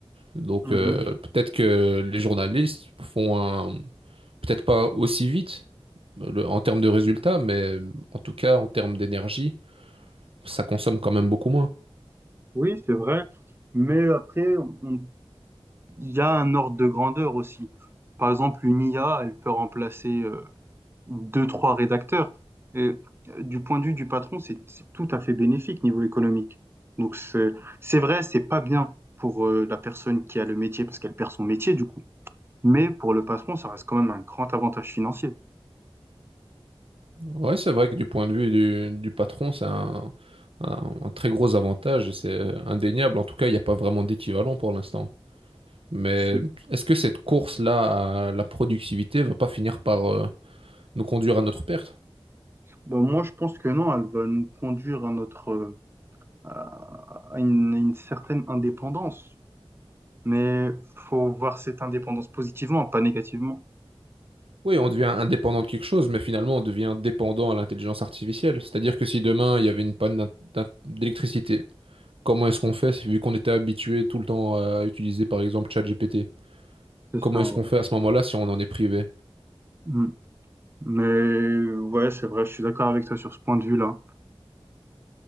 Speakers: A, on the right; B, on the right.
A: Donc
B: Mhm.
A: euh, peut-être que les journalistes font un... peut-être pas aussi vite, le- en termes de résultats, mais euh, en tout cas, en termes d'énergie, ça consomme quand même beaucoup moins.
B: Oui, c'est vrai. Mais après, on il y a un ordre de grandeur aussi. Par exemple, une IA, elle peut remplacer euh, deux, trois rédacteurs. Et euh, du point de vue du patron, c'est c'est tout à fait bénéfique niveau économique. Donc c'est c'est vrai, c'est pas bien pour euh, la personne qui a le métier parce qu'elle perd son métier du coup. Mais pour le patron, ça reste quand même un grand avantage financier.
A: Ouais, c'est vrai que du point de vue du, du patron, c'est un, un- un très gros avantage et c'est indéniable. En tout cas, il n'y a pas vraiment d'équivalent pour l'instant. Mais
B: C'est-
A: est-ce que cette course-là à la productivité va pas finir par euh, nous conduire à notre perte?
B: Ben, moi, je pense que non, elle va nous conduire à notre euh, à à une, à une certaine indépendance. Mais faut voir cette indépendance positivement, pas négativement.
A: Oui, on devient indépendant de quelque chose, mais finalement, on devient dépendant à l'intelligence artificielle. C'est-à-dire que si demain, il y avait une panne d'in- d'in- d'électricité, Comment est-ce qu'on fait, vu qu'on était habitué tout le temps à utiliser par exemple ChatGPT?
B: C'est
A: Comment
B: ça. ouais.
A: est-ce qu'on fait à ce moment-là si on en est privé?
B: Mm. Mais ouais, c'est vrai, je suis d'accord avec toi sur ce point de vue-là.